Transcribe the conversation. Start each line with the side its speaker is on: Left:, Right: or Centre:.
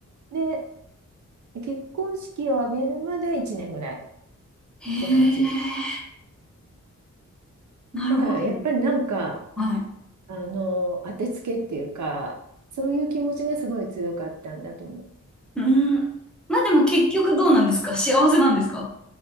Right: で、結婚式を挙げるまで1年ぐらいっ
Centre: へえ、
Right: て感じ。
Centre: なるほど。
Right: だからやっぱりなんか、
Centre: はい。
Right: あの、当てつけっていうか、そういう気持ちがすごい強かったんだと思う。
Centre: うん。まあでも結局どうなんですか幸せなんですか